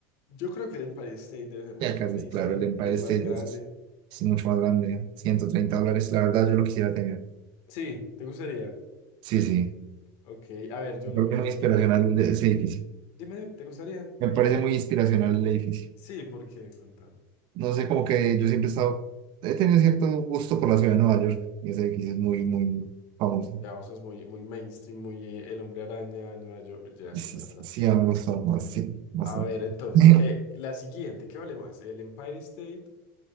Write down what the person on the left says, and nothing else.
Yo creo que el Empire State debe ser más
mainstream,
es
más grande.
Sí, ¿te gustaría?
Ok, a ver, yo
leo
la
siguiente.
Dime, dime, ¿te gustaría?
Sí, porque contame.
Ya, vos sos muy, muy mainstream, muy eh, El Hombre Araña, Nueva York, ya,
verdad.
A ver, entonces,
¿qué? La siguiente, ¿qué vale más? ¿El Empire State?